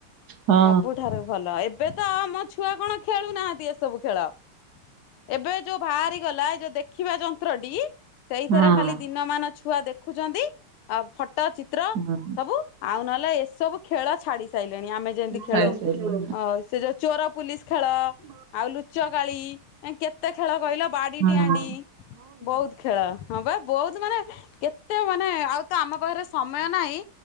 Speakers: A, on the right; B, on the left.
A: ହଁ
B: ସବୁଠାରୁ ଭଲ ଏବେ ତ ଆମ ଛୁଆ କଣ ଖେଳୁନାହାନ୍ତି ଏସବୁ ଖେଳ। ଏବେ ଯୋଉ ଭାଆରି ଗଲା ଏଇ ଯୋଉ ଦେଖିବା ଯନ୍ତ୍ରଟି ସେଇଥିରେ
A: ହଁ
B: ଖାଲି ଦିନମାନ ଛୁଆ ଦେଖୁଛନ୍ତି ଆଉ ଫଟୋ ଚିତ୍ର
A: ହଁ
B: ସବୁ। ଆଉ ନହେଲେ ଏସବୁ ଖେଳ ଛାଡ଼ି ସାରିଲେଣି ଆମେ ଯେମିତି ଖେଳଉ
A: ସାରି ସାରିଲୁଣି
B: ଅ ସେ ଯୋଉ ଚୋର ପୁଲିସ ଖେଳ।
A: ମ
B: ଆଉ ଲୁଚକାଳି ଏନି କେତେ ଖେଳ କହିଲ ବାଡ଼ିଡିଆଁ
A: ହଁ।
B: ଡ଼ିଇଁ ବହୁତ ଖେଳ। ହଁ ପା ବଉତ ମାନେ କେତେ ମାନେ ଆଉ ତ ଆମ ପାଖରେ ସମୟ ନାହିଁ